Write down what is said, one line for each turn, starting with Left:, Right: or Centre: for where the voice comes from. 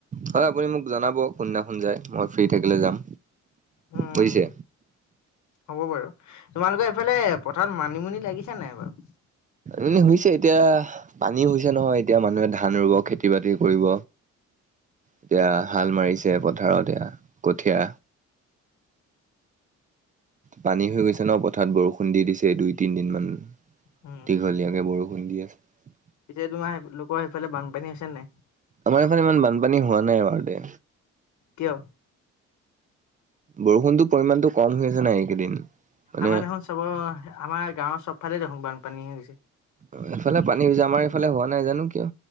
Right: হয় আপুনি মোক জনাব কোনদিনাখন যায় মই ফ্ৰী থাকিলে যাম।
Left: উম,
Right: বুজিছে
Left: হ'ব বাৰু তোমালোকৰ এইফালে পথাৰত মানিমুনি লাগিছে নাই বাৰু?
Right: এনেই হৈছে এতিয়া পানী হৈছে নহয় এতিয়া মানুহে ধান ৰুব খেতি বাতি কৰিব। এতিয়া হাল মাৰিছে পথাৰত এয়া কঠীয়া পানী হৈ গৈছে ন' পথাৰত বৰষুণ দি দিছে দুই তিনদিন মান।
Left: উম,
Right: দীঘলীয়াকে বৰষুণ দি আছে
Left: পিছে তোমালোকৰ সেইফালে বানপানী হৈছে নাই?
Right: আমাৰ এইফালে ইমান বানপানী হোৱা নাই বাৰু দে।
Left: কিয়?
Right: বৰষুণটো পৰিমাণটো কম হৈ আছে না এইকেইদিন। মানে
Left: আমা দেখোন চবৰ আমাৰ গাঁৱৰ চবফালে দেখোন বানপানী হৈছে।
Right: অ', এইফালে পানী হৈছে আমাৰ এইফালে হোৱা নাই জানো কিয়?